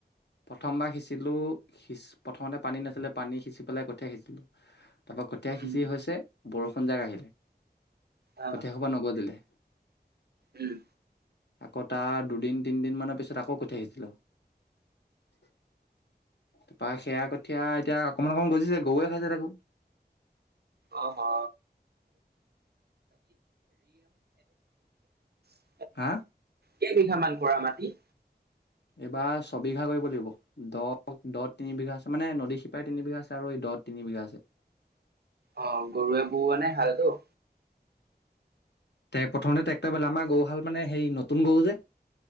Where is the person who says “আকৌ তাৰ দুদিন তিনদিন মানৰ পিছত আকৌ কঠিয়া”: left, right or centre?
Left